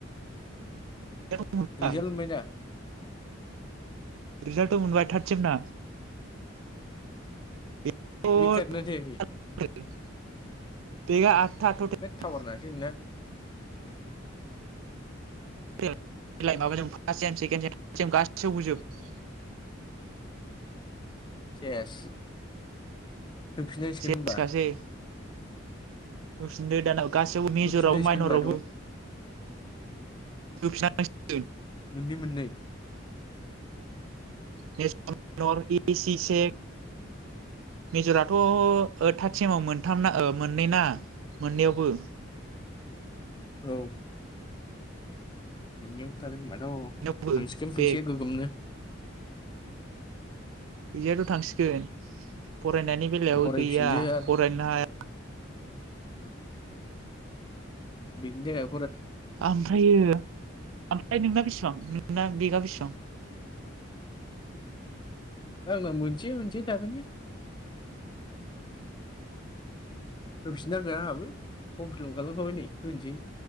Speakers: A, on the right; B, on the left.
A: पेपारनि मोनबाय
B: रिजाल्ट मोनबायदा?
A: रिजाल्टथ' मोनबाय थार्ड सेमना <unintelligible>
B: बिगथायानो जायाखै
A: बेकआ आत था टटेल
B: होद <unintelligible>
A: <unintelligible> फार्स्ट सेम सेकेणड सेम गासिबावबो जोब
B: सेस होफिननांसिगोन
A: सेसखासै
B: होनबा?
A: होफिनदो दाना गासैयावबो मेजरावबो
B: होफिननांसिगोन
A: माइन'रावबो।
B: होनबाथ'
A: होफिननांसिगोन
B: मोननै मोननै
A: मेजर इनर इ सि, सेक मेजराथ' ओ थार्द सेमाव मोनथामना ओ मोननै ना मोननैयावबो।
B: औ मोननैयावबो थादों होमबा औ
A: मोननैयावबो
B: थांसिखोन
A: बे
B: फैसाया गोगोमनो।
A: फैसायाथ' थांसिगोन। फरायनायनि बेलायाव
B: फरायफिनदो
A: गैया
B: आरो
A: फरायनोनो हाया।
B: बिनि थाखाय
A: आमफ्रायो आमफ्राय नोंना बिसिबां नोंना बे बेसेबां?
B: ओ आंना मोनसे मोनसे थादों लै। होफिननांगोन आंहाबो फर्म फिलाप खालामखाबाय नै होनोसै